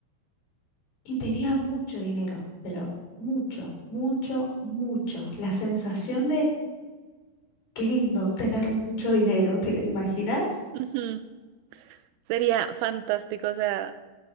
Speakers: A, on the left (about 60°); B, on the right (about 80°).
A: Y tenía mucho dinero, pero mucho, mucho, mucho. La sensación Qué lindo tener mucho dinero, ¿te lo imaginas?
B: Ujú. Sería fantástico, o sea,